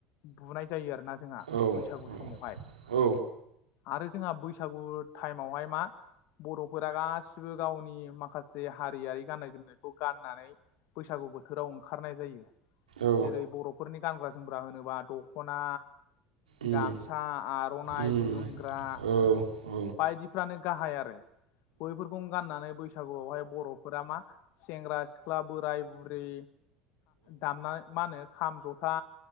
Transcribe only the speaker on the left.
बुनाय जायो आरो रोना जोंहा
बैसागु
समावहाय
आरो जोंहा बैसागु टाइमावहाय मा बर'फोरा गासिबो गावनि माखासे हारियारि गाननाय जोमनायखौ गाननानै बैसागु बोथोराव ओंखारनाय जायो
जेरै बर' फोरनि गानग्रा जोमग्रा होनोबा दख'ना
गामसा आर'नाइ
जोमग्रा
बायदिफ्रानो गाहाय आरो बैफोरखौ गाननानै बै बैसागुआवहाय बर'फोरा मा सेंग्रा सिख्ला बोराय बुरै दामनानै मा होनो खाम जथा